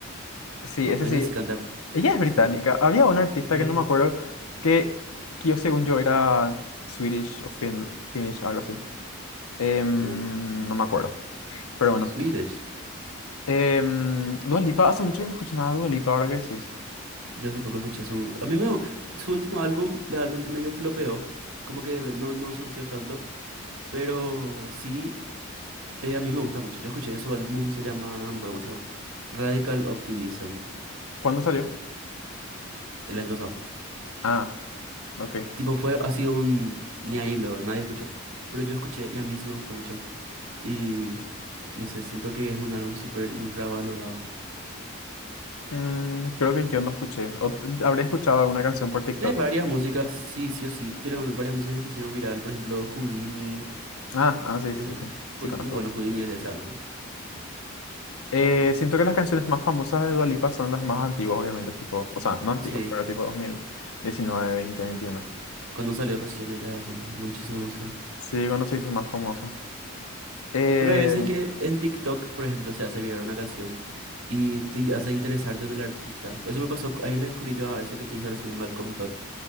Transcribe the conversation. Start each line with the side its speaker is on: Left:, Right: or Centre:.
Left: sí,
Right: No,
Left: ese
Right: ella
Left: sí.
Right: sí canta.
Left: Ella es británica.
Right: Sí.
Left: Había una artista
Right: Sí.
Left: que no me acuerdo que, que yo según yo era Swedish o fin- Finnish, algo así. Em,
Right: ¿Quién?
Left: no me acuerdo. Pero bueno.
Right: Swedish.
Left: Em, Dua Lipa, hace mucho que no escucho nada de Dua Lipa, ahora que decís.
Right: Yo hace poco escuché su... A mí me... Su último álbum realmente medio flopeó. Como que no, no surgió tanto. Pero sí, eh, a mí me gusta mucho. Yo escuché su álbum, se llama... No me acuerdo cómo se llama. Radical Optimism.
Left: ¿Cuándo salió?
Right: El año pasado.
Left: Ah. Ok.
Right: Tipo, fue... así un... Ni ahí luego, nadie escuchó. Pero yo escuché y a mí sí me gusta mucho. Y no sé, siento que es un álbum súper infravalorado.
Left: Mm, creo que yo no escuché. O t- habré escuchado una canción por TikTok.
Right: Tiene varias músicas, sí, sí o sí. Tiene varias músicas que se hicieron viral. Por ejemplo, Houdini.
Left: Ah, ah, sí,
Right: ¿Conoces
Left: sí, sí, sí. Sí
Right: Houdini?
Left: conozco.
Right: Bueno, Houdini es de ese álbum.
Left: Eh, siento que las canciones más famosas de Dua Lipa son las más antiguas, obviamente, tipo, o sea, no antiguas,
Right: Sí,
Left: pero tipo 2019, veintiuno.
Right: cuando salió recién allá, sí, muchísima música.
Left: Sí, cuando se hizo más famosa. Eh,
Right: Pero hay veces que en TikTok, por ejemplo, se hace viral una canción y te hace interesarte en el artista. Eso me pasó, ahí le descubrí yo a veces que te dije recién Malcolm Todd